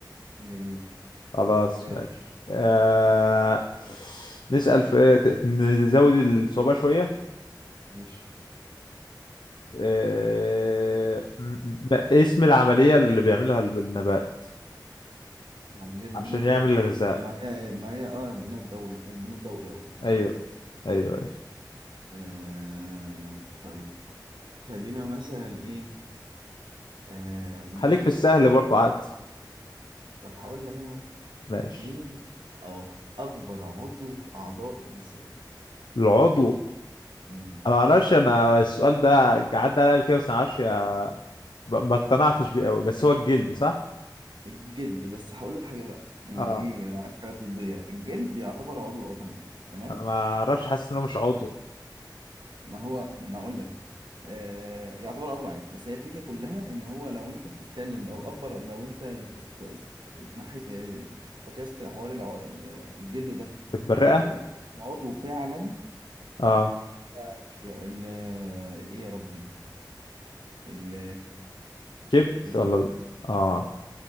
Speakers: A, on the right; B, on the left.
A: جميل
B: خلاص
A: يلا
B: ماشي آه... نسأل في ت- نزود الصعوبة شوية
A: ماشي
B: آه... م- م- ما اسم العملية اللي بيعملها الب- النبات
A: عامل ايه بميل
B: عشان
A: اللي
B: يعمل
A: بس
B: الغذاء
A: ما هي ما هي اه بناء الضوئي البناء الضوئي او الفوتوسينثيسيس
B: أيوه أيوه
A: ماشي
B: أيوه
A: آه طيب خلينا مثلا ايه آه مين
B: خليك في السهل برضه عاد
A: طب هقول لك انا اهو
B: ماشي
A: مين او اكبر عضو في اعضاء الانسان
B: العضو
A: مم.
B: أنا معرفش أنا السؤال ده عدى عليا قبل كده بس أنا معرفش ما ما اقتنعتش بيه أوي بس هو الجلد صح؟
A: الجلد بس هقول لك حاجه بقى يعني
B: أه
A: ايه لو عايز حاجه طبيه الجلد يعتبر عضو اه تمام تمام
B: أنا ما أعرفش حاسس إنه مش عضو
A: ما هو ما انا اقول لك آه يعتبر عضو عادي بس هي الفكره كلها ان هو لو انت بتتكلم لو اكبر لو انت ات- ات- اتنحيت آه، فكست حوار الع- ال- الجلد ده
B: البرقة
A: وقلت أنا عضو فعلا
B: أه
A: لا لا مش ال- الايه يا ربي ال-
B: كبد
A: الكبد
B: ولا ال- اه